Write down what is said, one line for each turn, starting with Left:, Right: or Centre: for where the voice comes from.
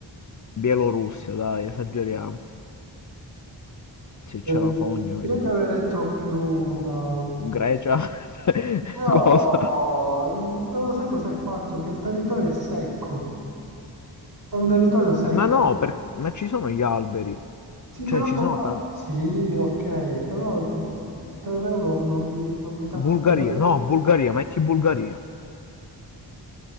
Left: Bielorussia, dai, esageriamo. Sì,
Right: Per-
Left: c'è la fogna, quindi...
Right: Io ti avrei detto più da...
Left: Grecia? <laughs> Cioè,
Right: No,
Left: cosa?
Right: non lo sai cosa hai fatto, che il territorio è secco, è un territorio secco.
Left: Ma no, per- ma ci sono gli alberi.
Right: Sì,
Left: Cioè,
Right: però...
Left: ci sono
Right: ah,
Left: tanti...
Right: Sì, ok, però il terreno non mi, non mi sa...
Left: Bulgaria,
Right: mi sa-
Left: no, Bulgaria, metti Bulgaria.